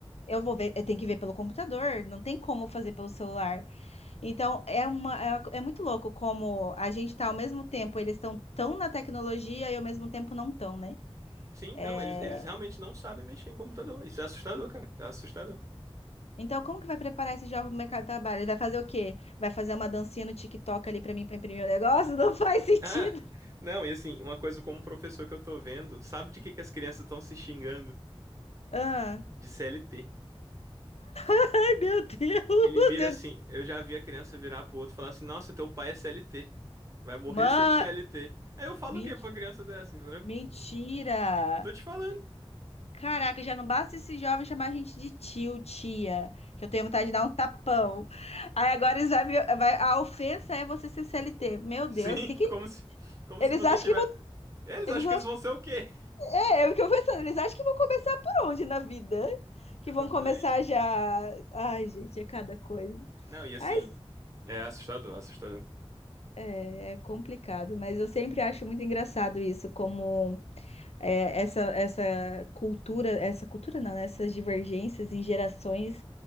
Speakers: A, on the left; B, on the right.
A: Eu vou ver, eu tenho que ver pelo computador, não tem como fazer pelo celular. Então, é uma, é, é muito louco como a gente tá ao mesmo tempo, eles estão tão na tecnologia e ao mesmo tempo não tão, né? Sim,
B: Sim,
A: É,
B: não, eles, eles realmente não sabem mexer em computador. Isso é assustador, cara. É assustador. <laughs>
A: Então, como que vai preparar esse jovem pro mercado de trabalho? Ele vai fazer o quê? Vai fazer uma dancinha no TikTok ali para mim para imprimir o negócio? <laughs> Não faz sentido.
B: Ah, não, e assim, uma coisa como professor que eu tô vendo, sabe de que que as crianças estão se xingando?
A: Ah.
B: De CLT.
A: Ai, meu Deus!
B: Ele vira
A: eu-
B: assim, eu já vi a criança virar pro outro e falar assim, nossa, teu pai é CLT. Vai morrer
A: Mãe,
B: sendo CLT. Aí eu falo
A: men-
B: o quê pra uma criança dessa, entendeu?
A: mentira!
B: Tô te falando.
A: Caraca, já não basta esse jovem chamar a gente de tio, tia, que eu tenho vontade de dar um tapão. Aí agora eles vai, me- vai, a ofensa é você ser CLT. Meu Deus,
B: Sim,
A: que
B: <laughs>
A: que
B: como se, como
A: eles
B: se você
A: acham
B: tiver.
A: que vão,
B: Eles
A: eles
B: acham que eles vão ser o quê?
A: É, é o que eu pensando, eles acham que vão começar por onde na vida? Que
B: <laughs> Exatamente.
A: vão começar já. Ai, gente, é cada coisa.
B: Não, e assim,
A: Mas
B: é assustador, assustador.
A: é, é complicado, mas eu sempre acho muito engraçado isso, como é, essa, essa cultura, essa cultura não, né? Essas divergências em gerações